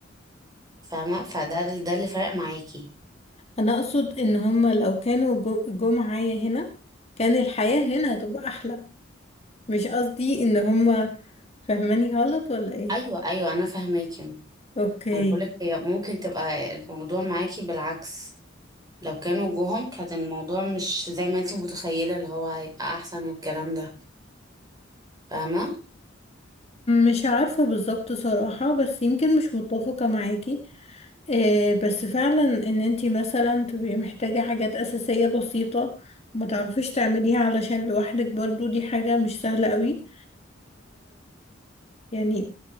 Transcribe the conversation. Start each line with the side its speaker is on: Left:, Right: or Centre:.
Right: فاهمة فده ده اللي فرق معاكي
Left: انا اقصد ان هما لو كانوا جو جو معايا هنا كان الحياة هنا هتبقى احلى مش قصدي ان هما فهماني غلط ولا ايه
Right: ايوه ايوه انا فاهماكي
Left: اوكي
Right: انا بقولك هي ممكن تبقى الموضوع معاكي بالعكس لو كانوا جوهم كان الموضوع مش زي ما انت متخيلة اللي هو هيبقى احسن والكلام ده فاهمة
Left: مش عارفة بالظبط صراحة بس يمكن مش متفقة معاكي إيه بس فعلا ان انتي مثلا تبقي محتاجة حاجات اساسية بسيطة ما تعرفيش تعمليها علشان لوحدك برضو دي حاجة مش سهلة قوي يعني